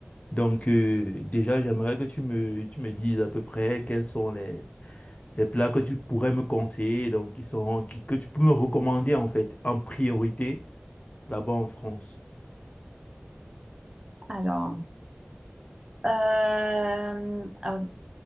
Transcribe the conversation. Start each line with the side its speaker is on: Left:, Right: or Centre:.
Left: Donc euh, déjà, j'aimerais que tu me, tu me dises à peu près quels sont les, les plats que tu pourrais me conseiller, donc qui sont, qui- que tu peux me recommander en fait, en priorité, là-bas en France.
Right: Alors, euh, alors,